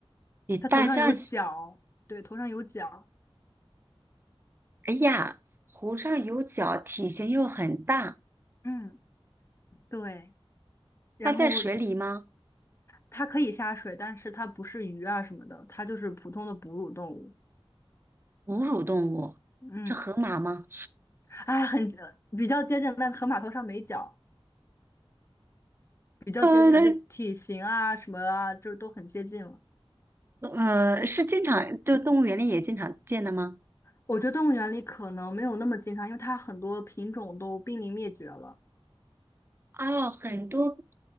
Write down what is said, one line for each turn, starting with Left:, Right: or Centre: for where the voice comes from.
Right: 比大象小，
Left: 它头上有角，对，头上有角，
Right: 哎呀，湖上有脚，体型又很大，
Left: 嗯，对，然后。
Right: 它在水里吗？
Left: 它可以下水，但是它不是鱼啊什么的，它就是普通的哺乳动物。
Right: 哺乳动物，
Left: 嗯，
Right: 是河马吗？
Left: 哎，很呃比较接近，但河马头上没角，比较接近了，
Right: 呃，那
Left: 就体型啊什么啊，就是都很接近了。
Right: 嗯，呃是经常，就动物园里也经常见的吗？
Left: 我觉得动物园里可能没有那么经常，因为它很多品种都濒临灭绝了。
Right: 哦，很多